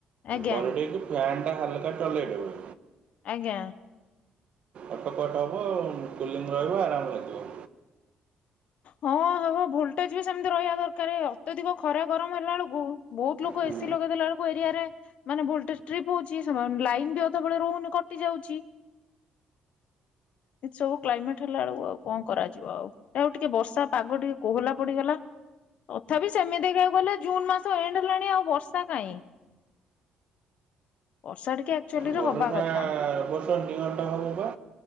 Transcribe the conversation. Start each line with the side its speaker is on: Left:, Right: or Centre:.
Left: ଆଜ୍ଞା
Right: କରିଦେଇକି ଫ୍ୟାନ୍ ଟା ହାଲକା ଚଲେଇ ଦେବେ।
Left: ଆଜ୍ଞା।
Right: ଅଟକଟ ହବ କୁଲିଙ୍ଗ ରହିବ ଆରାମ ଲାଗିବ।
Left: ହଁ ହବ ଭୋଲଟେଜ ବି ସେମିତି ରହିବା ଦରକାର ଅତ୍ୟଧିକ ଖରା ଗରମ ହେଲା ବେଳକୁ ବହୁତ ଲୋକ
Right: ହୁଁ
Left: ଏସି ଲଗେଇଦେଲା ବେଳକୁ ଏରିଆରେ ମାନେ ଭୋଲଟେଜ୍ ଟ୍ରିପ୍ ହଉଛି ସେମାନେ ଲାଇନ ବି ଅଧବେଳେ ରହୁନି କଟି ଯାଉଛି। ଏ ସବୁ କ୍ଲାଇମେଟ ହେଲା ବେଳକୁ ଆଉ କଣ କରାଯିବ ଆଉ। ଯାହା ହଉ ଟିକେ ବର୍ଷା ପାଗ ଟିକେ କୋହଲା ପଡିଗଲା। ତଥାପି ସେମିତି କବାକୁ ଗଲେ ଜୁନ ମାସ ଏଣ୍ଡ ହେଲାଣି ଆଉ ବର୍ଷା କାହିଁ। ବର୍ଷା ଟିକେ ଆକ୍ଚୁଆଲି
Right: ବରଟା
Left: ରେ ହବା କଥା।
Right: ଏ ବର୍ଷ ନିଅଣ୍ଟ ହବ ବା।